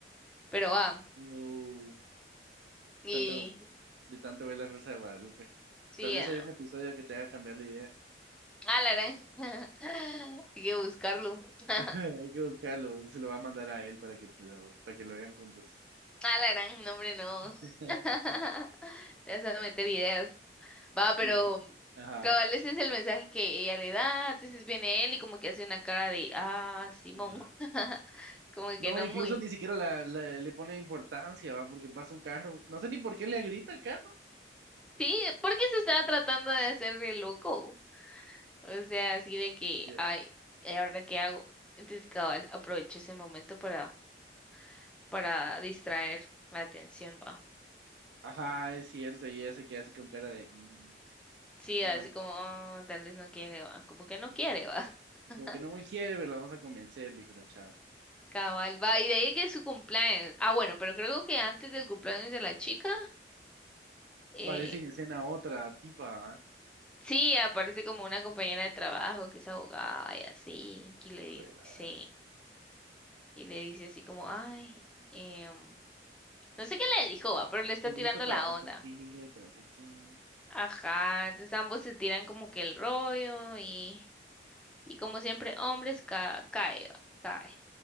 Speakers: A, in the centre; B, on the right.
A: Pero va.
B: No,
A: Y
B: tanto, de tanto ver la Rosa de Guadalupe.
A: sí,
B: Tal vez
A: ah,
B: haya un episodio que te haga cambiar la idea.
A: Ah, la gran. <laughs> Hay que buscarlo. <laughs>
B: <laughs> Hay que buscarlo. Se lo va a mandar a él para que, te lo, para que lo vean juntos.
A: Ah, la gran, no, hombre, no.
B: <laughs>
A: <laughs> Te vas a meter ideas. Va, pero
B: Y- ajá.
A: cabal, ese es el mensaje que ella le da. Entonces viene él y como que hace una cara de, ah, Simón.
B: No,
A: <laughs>
B: no.
A: Como
B: No,
A: que no
B: incluso
A: muy.
B: ni siquiera la, la- le pone importancia, ¿va? Porque pasa un carro. No sé ni por qué le grita al carro.
A: Sí, porque se estaba tratando de hacer de loco. O sea, así de que,
B: Sí, va.
A: ay, ¿y ahora qué hago? Entonces cabal, aprovecho ese momento para, para distraer la atención, va.
B: Ajá, es cierto, y ella se queda así con cara de, "Mm,
A: Sí,
B: bueno,
A: así como, "Oh, tal vez no quiere, va. Como que no quiere, va. <laughs>
B: como que no muy quiere, pero la vamos a convencer, dijo la chava.
A: Cabal, va. Y de ahí que es su cumpleaños. Ah, bueno, pero creo que antes del cumpleaños de la chica, eh,
B: Aparece en escena otra tipa, ¿ah?
A: sí, aparece como una compañera de trabajo que es abogada y así. Y le dice,
B: joder,
A: y le dice así como, ay, em, no sé qué le dijo, va, pero le está
B: que bonito
A: tirando
B: trabajar
A: la onda.
B: contigo y que no sé qué.
A: Ajá, entonces ambos se tiran como que el rollo y, y como siempre, hombres ca cae, va, cae.